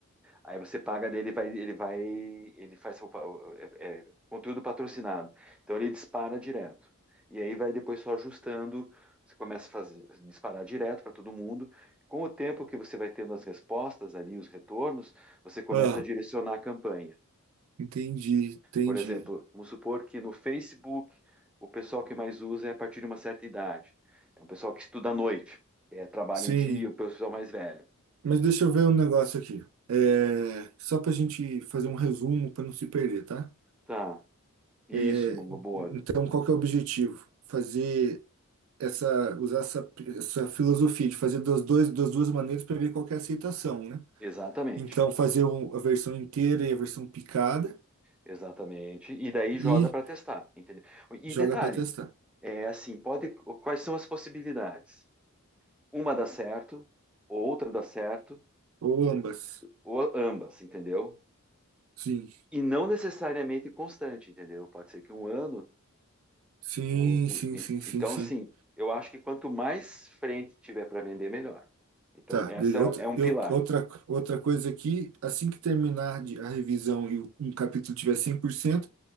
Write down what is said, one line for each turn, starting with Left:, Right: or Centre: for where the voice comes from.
Centre: Aí você paga dele, ele vai, ele vai, ele faz seu pa- é, é, conteúdo patrocinado. Então ele dispara direto. E aí vai depois só ajustando. Você começa a fazer, disparar direto para todo mundo. Com o tempo que você vai tendo as respostas ali, os retornos, você começa
Right: ah,
Centre: a direcionar a campanha.
Right: entendi, entendi.
Centre: Por exemplo, vamos supor que no Facebook o pessoal que mais usa é a partir de uma certa idade. É um pessoal que estuda à noite, é, trabalha
Right: Sim,
Centre: o dia, o pessoal mais velho.
Right: Mas deixa eu ver um negócio aqui. É, só para a gente fazer um resumo para não se perder, tá?
Centre: Tá, isso,
Right: É,
Centre: uma boa.
Right: então, qual que é o objetivo? Fazer essa, usar essa, essa filosofia de fazer das, dois, das duas maneiras para ver qual que é a aceitação, né?
Centre: Exatamente.
Right: Então, fazer um- a versão inteira e a versão picada
Centre: Exatamente. E daí joga
Right: e
Centre: para testar, entendeu? E
Right: joga
Centre: detalhe,
Right: para testar.
Centre: é assim, pode, quais são as possibilidades? Uma dá certo, outra dá certo,
Right: Ou ambas.
Centre: ou ambas, entendeu?
Right: Sim,
Centre: E não necessariamente constante, entendeu? Pode ser que um ano,
Right: sim,
Centre: o- o-
Right: sim,
Centre: e-
Right: sim, sim,
Centre: então
Right: sim.
Centre: assim, eu acho que quanto mais frente tiver para vender, melhor. Então,
Right: Tá,
Centre: essa
Right: de- outra,
Centre: é, é um
Right: eu-
Centre: pilar.
Right: outra, outra coisa aqui, assim que terminar de- a revisão e o- um capítulo tiver 100%